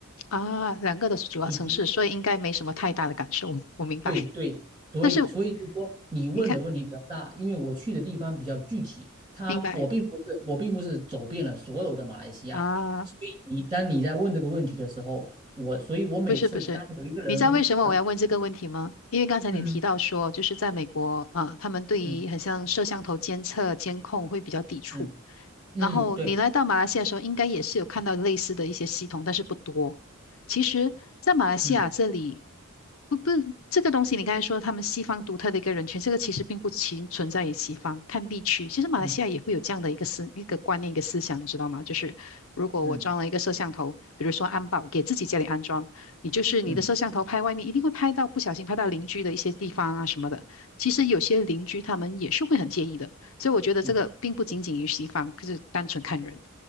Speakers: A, on the left (about 65°); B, on the right (about 20°).
A: 啊，两个都是主要城市，
B: 以及
A: 所以应该没什么太大的感受，我明白。
B: 对对，所以所以就是说，
A: 但是
B: 你问的问题比较大，
A: 你看，
B: 因为我去的地方比较具体，他我并不是我并不是走遍了所有的马来西亚，
A: 明白啊？
B: 所以你当你在问这个问题的时候，我所以我每次当有一个人啊，
A: 不是不是，你知道为什么我要问这个问题吗？因为刚才你提到说，
B: 嗯
A: 就是在美国啊，他们对于很像摄像头监测、
B: 嗯
A: 监控会比较抵触。
B: 嗯嗯，
A: 然后你来到马来西亚的时候，
B: 对，
A: 应该也是有看到类似的一些系统，但是不多。其实，在马来西亚这里，
B: 嗯
A: 不不，这个东西你刚才说他们西方独特的一个人群，这个其实并不其存在于西方，看地区。其实马来西亚也会有这样的一个思一个观念一个思想，
B: 嗯
A: 你知道吗？就是如果我装了一个摄像头，
B: 嗯，
A: 比如说安保，给自己家里安装。你就是你的摄像头拍外面，
B: <laughs> 嗯
A: 一定会拍到不小心拍到邻居的一些地方啊什么的。其实有些邻居他们也是会很介意的，所以我觉得这个并不仅仅于西方，
B: 嗯
A: 就是单纯看人。